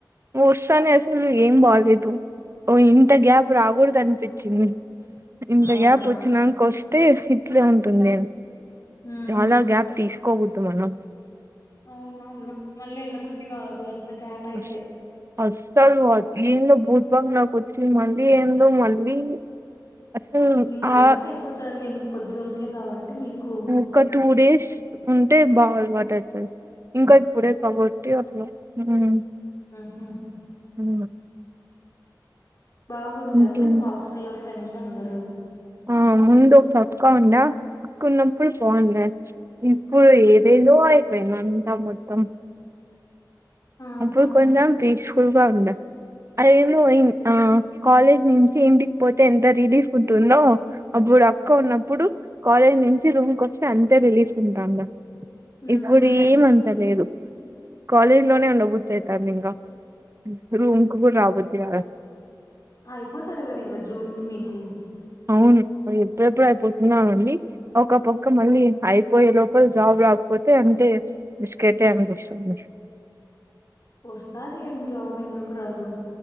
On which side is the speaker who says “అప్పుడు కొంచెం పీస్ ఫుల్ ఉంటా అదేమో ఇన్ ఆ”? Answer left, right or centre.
Right